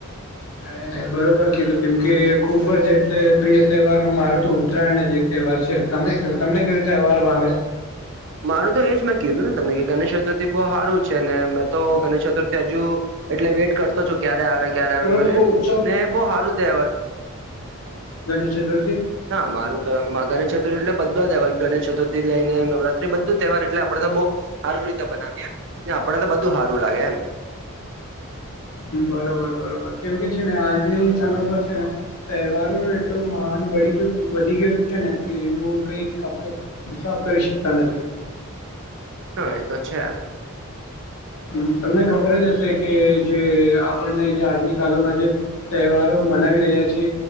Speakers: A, on the left (about 80°); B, on the right (about 55°).
A: એ ને બરોબર કીધું કેમ કે ખુબ જ એટલે પ્રિય તહેવાર મારું તો ઉત્તરાયણ જ એક તહેવાર છે. તમે કયો તમને કયો તહેવાર ભાવે?
B: મારું તો એજ મેં કીધું ને તમને કે ગણેશચતુર્થી બહુ હારું છે ને મેં તો ગણેશચતુર્થી હજુ એટલે વેઇટ કરતો છું ક્યારે આવે, ક્યારે આવે
A: તમે
B: એમ કરીને
A: બહુ ઉત્સાહ
B: ને બહુ હારું તહેવાર.
A: ગણેશચતુર્થી?
B: હા મારું તો ગણેશચતુર્થી એટલે બધા તહેવાર ગણેશચતુર્થી થી લઈને નવરાત્રી બધું તહેવાર એટલે આપડે તો બહુ હારું રીતે બનાવીએ. કે આપણને બધું હારું લાગે એમ.
A: હમ બરોબર બરોબર. કેમ કે છે ને આજની સમય પર છે ને તહેવારોનું એટલું માન બળી ગયું, વધી ગયું છે ને કે એનું કંઈક આપણે હિસાબ કરી શકતા નથી.
B: હહ એ તો છે.
A: હમ તમને ખબર જ હશે કે જે આપણને જે આજની કાલોમાં જે તહેવારો મનાવી રહ્યા છે